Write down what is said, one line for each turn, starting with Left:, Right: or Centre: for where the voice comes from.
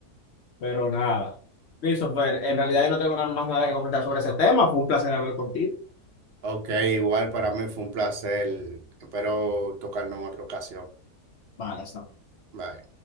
Left: Pero nada. Christopher, en realidad yo no tengo nada más nada que comentar sobre ese tema. Fue un placer hablar contigo.
Right: Ok, igual para mí fue un placer, espero tocarlo en otra ocasión.
Left: Vale, hasta luego.
Right: Bye.